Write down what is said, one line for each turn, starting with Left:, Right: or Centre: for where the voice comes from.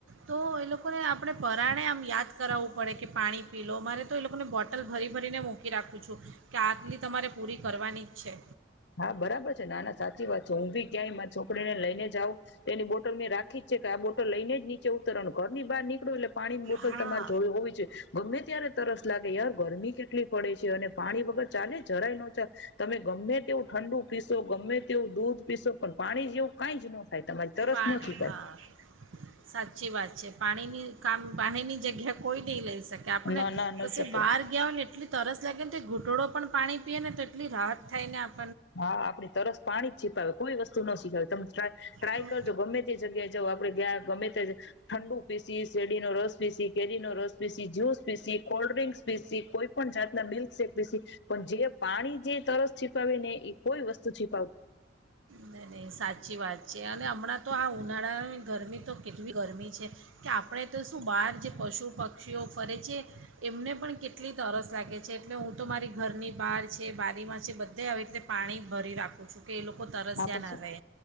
Right: તો એ લોકોને આપણે પરાણે આમ યાદ કરાવવું પડે કે પાણી પી લો મારે તો એ લોકોને બોટલ ભરી ભરીને મૂકી રાખું છું, કે આટલી તમારે પૂરી કરવાની જ છે.
Left: હા બરાબર છે નાના સાચી વાત છે હું બી. ક્યાંય છોકરી ને લઈને જાવ તેની બોટલ મેં રાખી. છે કે આ બોટો લઈને જ નીચે ઉતરણરની બાર નીકળું એટલે પાણીની બોટલ
Right: હા
Left: તમારે જો હોવી છે ગમે ત્યારે તરસ લાગે યાર. ગરમી કેટલી પડે છે અને પાણી વગર ચાલે જ જરાય ન ચાલ, તમે ગમે તેવું ઠંડુ પીશો, ગમે તેવું દૂધ પીશો, પણ પાણી જેવું કાઈ જ ન થાય તમારી તરસ
Right: પાની
Left: ન છુપાય
Right: હા સાચી વાત છે. પાણીની કામ પાણીની જગ્યા કોઈ નહીં લઈશ કે આપણને
Left: ના ના નહી
Right: કશે
Left: શકે
Right: બહાર ગયા હો ને એટલે તરસ લાગે તે ઘૂંટડો પણ પાણી પીએ ને તો એટલી રાહત થાયને આપ
Left: હા આપણી તરસ પાણી છી <unintelligible> કોઈ વસ્તુ ન શીખાવે તમ ટ્રા ટ્રાય
Right: તો
Left: કરજો ગમે તે જગ્યાએ જઓ આપડે ગ્યાં ગમે તે, ઠંડુ પીસી શેરડી નો રસ પીસી, કેરી નો રસ પીસી, જ્યુસ પીસી, કોલ્ડ્રિંકસ પીસી, કોઈ પણ જાતના મિલ્કશેેક પીસી પણ જે પાણી જીતરસ છીપાવી ને કોઈ વસ્તુ છી
Right: નહી-નહી સાચી વાત છે. અને હમણાં તો આ ઉનાળાની ગરમી તો કેટલી ગરમી છે, કે આપણે તો શું બહાર જે પશુ પક્ષીઓ ફરે છે, એમને પણ કેટલી તરસ લાગે છે, એટલે હું તો મારી ઘરની બહાર છે, બારીમાં છે બધા આવી રીતે પાણી ભરી રાખું. <unintelligible> તરસ્યા
Left: હા તો
Right: ના
Left: શું,
Right: રહે